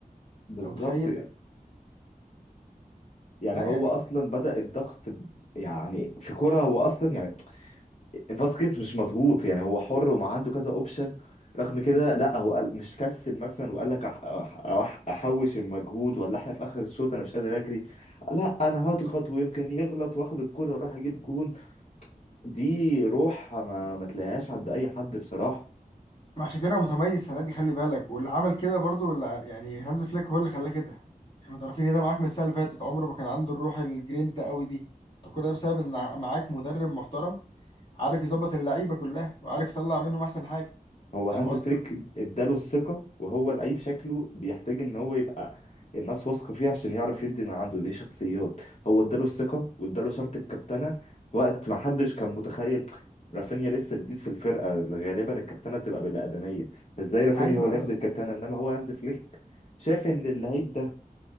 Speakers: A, on the left; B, on the left.
A: بالظبط
B: انت متخيل
A: يعني
B: لا
A: هو
B: يعني
A: اصلا بدأ الضغط ب- يعني في كرة هو اصلا يعني فاسكيز مش مضغوط يعني هو حر وما عنده كذا اوبشن رغم كده لا هو قال مش كسل مثلا وقال لك أح أح احوش المجهود ولا احنا في اخر الشوط انا مش قادر اجري لا انا هضغط ويمكن يغلط واخد الكرة واروح اجيب جون دي روح ما ما تلاقيهاش عند اي حد بصراحة
B: عشان كده هو متميز السنه دي خلي بالك واللي عمل كده برضو اللي ع- يعني هانز فليك هو اللي خلاه كده يعني ما تعرفين ايه ده معاك من السنه اللي فاتت عمره ما كان عنده الروح الجرينتا قوي دي كل ده بسبب ان ع- معاك مدرب محترم عارف يظبط اللعيبه كلها وعارف يطلع منهم احسن حاجه
A: هو هانز
B: فاهم قصدي
A: فليك اداله الثقة وهو لعيب شكله بيحتاج ان هو يبقى الناس واثقة فيه عشان يعرف يدي ما عنده دي شخصيات هو اداله الثقة واداله شرط الكابتنة في وقت ما حدش كان متخيل رافينيا لسه جديد في الفرقة غالبا الكابتنة بتبقى بالأقدمية فازاي رافينيا
B: ايوه
A: هو اللي
B: ايوه
A: ياخد الكابتنة انما هو هانز فليك شاف ان اللعيب ده